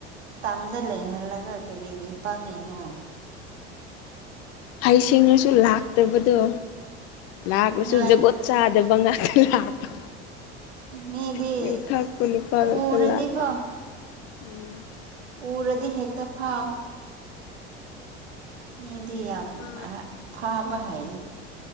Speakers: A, on the right; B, on the left.
A: ꯇꯝꯗ ꯂꯩꯍꯜꯂꯒ ꯀꯔꯤꯒꯤ ꯐꯪꯉꯤꯅꯣ
B: ꯍꯩꯁꯤꯡꯉꯁꯨ ꯂꯥꯛꯇꯕꯗꯣ ꯂꯥꯛꯂꯁꯨ
A: ꯉꯥꯏ
B: ꯖꯒꯣꯠ ꯆꯥꯗꯕ ꯉꯥꯛꯇ ꯂꯥꯛꯄ
A: ꯃꯤꯗꯤ
B: ꯌꯨ ꯊꯛꯄ ꯅꯨꯄꯥ ꯉꯥꯛꯇ
A: ꯎꯔꯗꯤꯀꯣ
B: ꯂꯥꯛꯄ ꯎꯝ
A: ꯎꯔꯗꯤ ꯍꯦꯛꯇ ꯐꯥꯎꯥꯎ ꯃꯤꯦꯗꯤꯌꯥꯝ
B: ꯅꯨꯄꯥ
A: ꯐꯥꯕ ꯍꯥꯏ